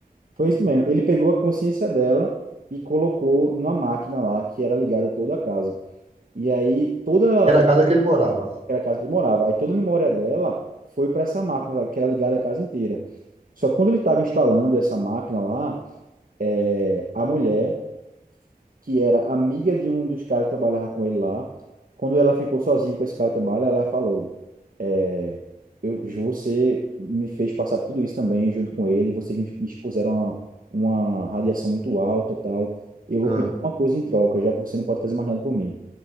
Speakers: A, on the right; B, on the right.
A: foi isso mesmo. Ele pegou a consciência dela e colocou numa máquina lá que era ligada a toda a casa. E aí toda
B: que era a casa que ele morava.
A: era a casa que ele morava, aí toda a memória dela foi para essa máquina lá, que era ligada a casa inteira. Só que quando ele estava instalando essa máquina lá, é, a mulher, que era amiga de um dos caras que trabalhava com ele lá, quando ela ficou sozinha com esse cara que trabalha, ela falou: é, eu, Ju, você me fez passar por tudo isso também, junto com ele. Vocês me me expuseram a uma radiação muito alta, tal. Eu vou
B: Ah.
A: pedir uma coisa em troca, já que você não pode fazer mais nada por mim.